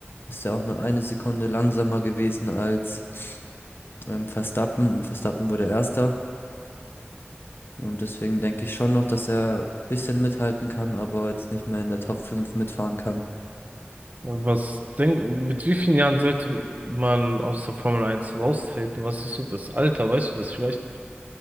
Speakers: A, on the left (about 65°); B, on the right (about 40°).
A: ist ja auch nur eine Sekunde langsamer gewesen als ähm, Verstappen und Verstappen wurde Erster. Und deswegen denke ich schon noch, dass er ein bisschen mithalten kann, aber jetzt nicht mehr in der Top 5 mitfahren kann.
B: Und was denk, mit wie vielen Jahren sollte man aus der Formel eins raustreten? Was ist so das Alter? Weißt du das vielleicht?